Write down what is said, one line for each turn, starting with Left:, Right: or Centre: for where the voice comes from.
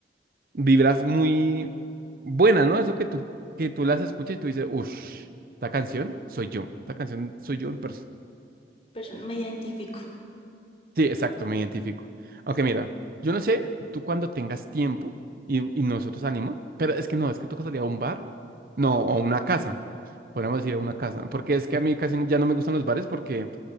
Right: vibras muy buenas, ¿no? Eso que tú, que tú las escuchas y tú dices, uff, esta canción soy yo, esta canción soy yo en persona.
Left: Persona, me identifico.
Right: Sí, exacto, me identifico. Aunque mira, yo no sé, tú cuando tengas tiempo y, y nosotros salimos, pero es que no, es que toca salir a un bar, no, o a una casa, podríamos ir a una casa, porque es que a mí casi no- ya no me gustan los bares porque,